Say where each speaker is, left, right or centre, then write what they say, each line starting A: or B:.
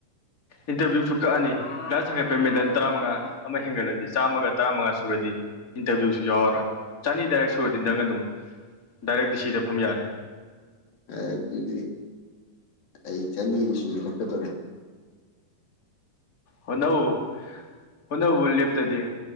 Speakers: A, on the left; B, on the left.
A: ꯏꯟꯇꯔꯚꯤꯌꯨꯁꯨ ꯀꯛꯑꯅꯤ ꯒ꯭ꯂꯥꯁ ꯊꯥꯡꯒꯠꯄꯒꯤ ꯃꯦꯗꯜ ꯇꯔꯥꯃꯉꯥ ꯑꯃ ꯍꯦꯟꯒꯠꯂꯗꯤ ꯆꯥꯝꯃꯒ ꯇꯔꯥꯃꯉꯥ ꯁꯨꯔꯗꯤ ꯏꯟꯇꯔꯚꯤꯌꯨꯁꯨ ꯌꯥꯎꯔꯔꯣꯏ ꯆꯅꯤ ꯗꯥꯏꯔꯦꯛ ꯁꯨꯔꯗꯤ ꯅꯪ ꯑꯗꯨꯝ ꯗꯥꯏꯔꯦꯛ ꯗꯤ ꯁꯤꯗ ꯐꯝ ꯌꯥꯔꯦ
B: ꯑꯗꯨꯗꯤ ꯑꯩ ꯆꯅꯤꯗꯤ ꯁꯨꯖꯂꯛꯀꯗꯧꯔꯦ
A: ꯍꯣꯠꯅꯧ ꯍꯣꯠꯅꯕꯨ ꯂꯦꯞꯇꯗꯤ